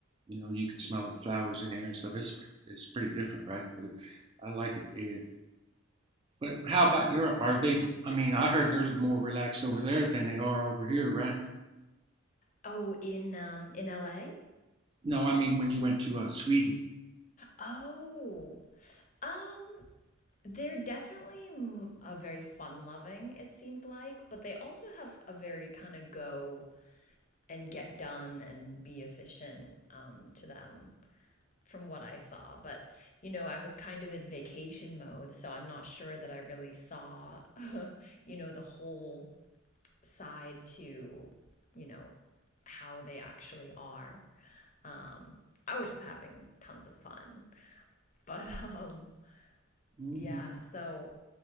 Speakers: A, on the right (about 25°); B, on the left (about 35°).
A: you know, you can smell the flowers in the air and stuff. It's it's pretty different, right? But it, I like it. Yeah. But how about Europe? Are they? I mean, I heard they're more relaxed over there than they are over here, right?
B: Oh, in um in LA?
A: No, I mean when you went to uh, Sweden.
B: Oh, um, they're definitely mm, a very fun-loving, it seemed like, but they also have a very kind of go and get done and be efficient um, to them from what I saw. But, you know, I was kind of in vacation mode, so I'm not sure that I really saw, <laughs> you know, the whole side to, you know, how they actually are. Um, I was just having tons of fun. <laughs> But um
A: hmm
B: Yeah. So,